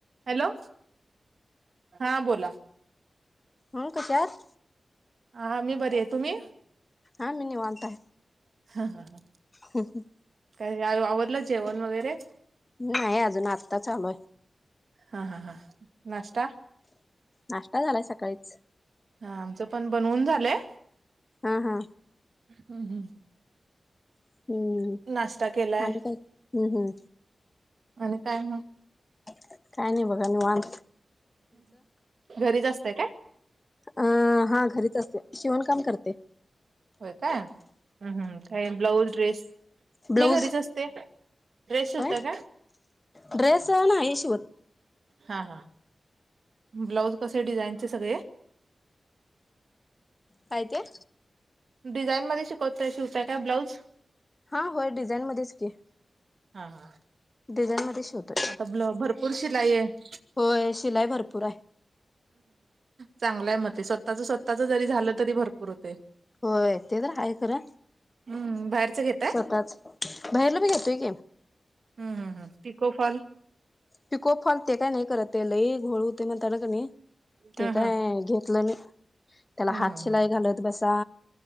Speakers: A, on the right; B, on the left.
A: Hello हा बोला.
B: हो कच्याात
A: हाां मी बरी आहे तुम्ही?
B: हा् मी निवाताय.
A: हा हा हा
B: हम ह
A: काय आवरलं जेवण वगैरे?
B: नाही अजून आत्ता चालूय.
A: हा हा हा नष्टा
B: नाश्ता झालाय सकाळीच
A: हा आमचं पण बनवून झालंय
B: हा हा.
A: हम्म हम्म.
B: हम्म
A: नाश्ता केलाय
B: आणि काय हम्म हम्म
A: आणि काय मग?
B: काय नाही बघा निवांत.
A: घरीच असतय का?
B: अं हा घरीच असते शिवणकाम करते.
A: होय काय हम्म, काय ब्लाऊज ड्रेस
B: ब्लाऊज
A: मी घरीच असते. ड्रेस शिवतय
B: होय
A: काय?
B: ड्रेस नाही शिवत.
A: हा हा ब्लाउज कसे डिझाईनचे सगळे?
B: काय ते?
A: डिझाईन मध्ये शिकवते शिवतय काय ब्लाऊज?
B: हा होय डिझाईन मध्येच की.
A: हा हा.
B: डिझाइन मध्ये शिवतोय.
A: आता ब्ल भरपूर शिलाई आहे.
B: होय शिलाई भरपूर आहे.
A: चांगलाय म ते स्वतःच स्वतःचा जरी झालं तरी भरपूर होते.
B: होय ते तर आहे खरं
A: हम्म बाहेरच घेताय
B: स्वतःच बाहेरला बी घेतोय की.
A: हम्म हम्म हम्म टिकोफाल
B: पिको फॉल ते काय नाही करत ते लई घोळ होते म्हणताना का नी.
A: हा
B: ते
A: हा
B: काय घेतलं मी त्याला
A: हम्म
B: हात
A: हम्म
B: शिलाई
A: हम्म
B: घालत बसा